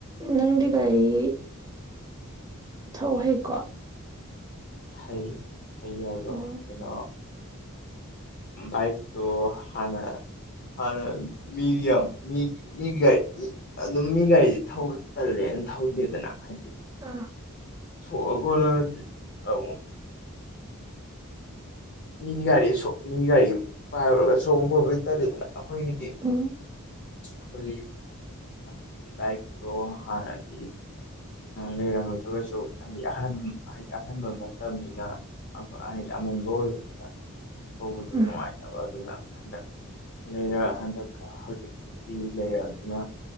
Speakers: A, on the right; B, on the left.
A: ꯅꯪꯗꯤ ꯀꯒꯥꯔꯤ ꯊꯧ ꯍꯩꯀꯣ
B: ꯍꯩ ꯍꯩ ꯍꯥꯏꯗꯣ
A: ꯎꯝ
B: ꯀꯩꯅꯣ ꯑ ꯏꯛ ꯇꯣ ꯍꯅ ꯐꯔ ꯃꯤꯗꯤꯝ ꯃꯤ ꯃꯤꯒꯤ ꯒꯥꯔꯤꯗꯤ ꯑꯗꯨꯝ ꯃꯤ ꯒꯥꯔꯤꯁꯤ ꯊꯧꯕꯗꯤ ꯇꯜꯂꯦꯅ ꯊꯧꯗꯦꯗꯅ ꯍꯥꯏꯗꯤ
A: ꯑꯥ
B: ꯁꯣꯛꯑ ꯈꫭꯠꯂ ꯑꯃꯨꯛ ꯃꯤ ꯒꯥꯔꯤ ꯃꯤ ꯒꯥꯔꯤ ꯄꯥꯏꯔꯨꯔꯒ ꯁꯣꯛꯕ ꯄ꯭ꯔꯣꯕ ꯇꯜꯂꯤꯗꯅ ꯑꯩꯈꯣꯏꯒꯤꯗꯤ
A: ꯎꯝ
B: ꯑꯩꯈꯣꯏꯒꯤ ꯑꯩꯈꯣꯏꯒꯤ ꯕꯥꯏꯛꯇꯣ ꯍꯥꯟꯅꯗꯤ ꯂꯩꯔꯝꯝꯕꯗ ꯑꯣꯏꯔꯁꯨ ꯍꯥꯏꯗꯤ ꯑꯍꯟ ꯍꯥꯏꯗꯤ ꯑꯍꯟꯕ ꯃꯇꯝꯅꯤꯅ ꯑꯩ ꯌꯥꯝ <unintelligible> ꯅꯨꯡꯉꯥꯏ
A: ꯎꯝ
B: ꯇꯕ ꯑꯗꯨꯅ ꯍꯟꯗꯛ ꯂꯩꯔ ꯍꯟꯗꯛꯀ ꯍꯧꯖꯤꯛꯇꯤ ꯂꯩꯔꯅꯤꯅ